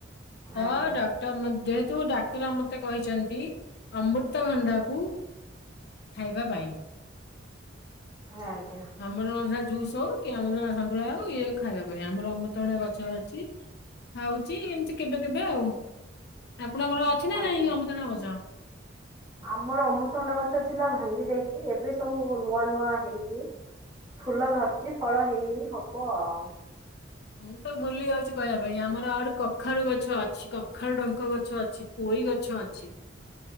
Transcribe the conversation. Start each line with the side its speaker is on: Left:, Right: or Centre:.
Left: ତ
Right: ଆଜ୍ଞା
Left: ଡକ୍ଟର୍ ମଦେ ତୁ ଡାକ୍ତର୍ ମତେ କହିଚନ୍ତି ଅମ୍ବୃତଭଣ୍ଡାକୁ ଖାଇବା ପାଇଁ।
Right: ଆଜ୍ଞା।
Left: ଅମୃତଭଣ୍ଡା ଜୁସ୍ ହଉ କି ଅମୃତଣ୍ଡା ସନ୍ତୁଳା ହଉ ଇଏ ଖାଇବା ପାଇଁ ଆମର ଅମୃତଭଣ୍ଡା ଗଛ ଅଛି। ଖାଉଚି ଏମତି କେବେ କେବେ ଆଉ। ଆପଣଙ୍କର ଅଛି ନା
Right: ଆଜ୍ଞା
Left: ନାଇଁ ଅମୃତଭଣ୍ଡା ଗଛ?
Right: ଆମର ଅମୃତଭଣ୍ଡା ଗଛ ଥିଲା ଭା ଙ୍ଗି ଯାଇଚି ଏବେ ସବୁ ନୂଆ ନୂଆ ହେଇଚି। ଫୁଲ ଧରଚି ଫଳ ହେଇନି ହବ ଆଉ।
Left: ମୁଁ ତ ଭୁଲି ଆଉଚି କହିବା ପାଇଁ ଆମର ଆହୁରି କଖାରୁ ଗଛ ଅଛି କଖାରୁ ଡଙ୍କ ଗଛ ଅଛି ପୋ ଇ ଗଛ ଅଛି।